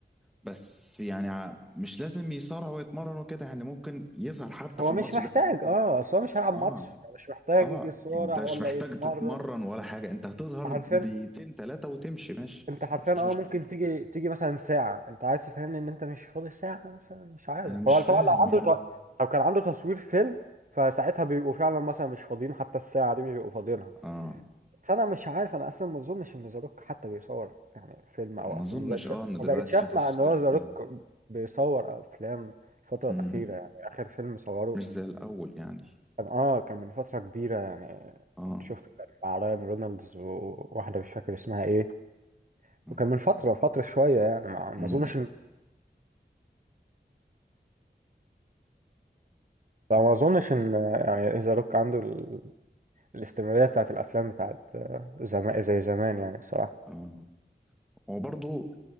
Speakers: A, in the centre; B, on the right.
A: بس يعني ع- مش لازم يصارع ويتمرن وكده يعني ممكن يظهر حتى
B: هو
A: في الماتش
B: مش محتاج
A: ده بس
B: اه اصل هو مش هيلعب
A: اه
B: ماتش مش محتاج
A: اه
B: يصارع
A: يعني انت مش
B: ولا
A: محتاج
B: يتمرن
A: تتمرن ولا حاجه انت هتظهر
B: حرفيا
A: دقيقتين ثلاثه وتمشي ماشي
B: انت حرفيا
A: مفيش
B: اه
A: مشكله
B: ممكن تيجي تيجي مثلا ساعة انت عايز تفهمني ان انت مش فاضي ساعة مثلا مش عارف
A: انا مش
B: هو طبعا
A: فاهم
B: لو عنده
A: يعني
B: ت- لو كان عنده تصوير فيلم فساعتها بيبقوا فعلا مثلا مش فاضيين حتى الساعة دي مش بيبقوا فاضيينها
A: اه
B: بس انا مش عارف انا اصلا ما اظنش ان ذا روك حتى بيصور يعني فيلم او
A: ما
B: افلام
A: اظنش
B: ما بقتش
A: اه ان دلوقتي
B: ما بقتش اسمع
A: في تصوير
B: ان هو
A: الفيلم
B: ذا روك بيصور افلام الفتره
A: مم.
B: الاخيره يعني اخر فيلم صوره
A: مش زي الاول يعني
B: كان اه كان من فتره كبيره يعني
A: اه
B: كنت شفته كان مع رايان رونالدز وواحده مش فاكر اسمها ايه
A: اه
B: وكان من فتره فتره شويه يعني ما ما
A: مم.
B: اظنش ان ما اظنش ان يعني ذا روك عنده ال... الاستمراريه بتاعت الافلام بتاعت زمان زي زمان يعني الصراحه
A: اه هو برضه